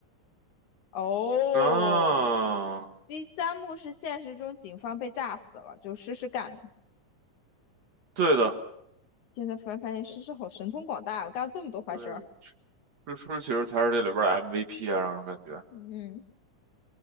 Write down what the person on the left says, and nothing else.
哦，
第三幕是现实中警方被炸死了，就诗诗干的。
现在突然发现诗诗好神通广大，我干了这么多坏事儿。
嗯，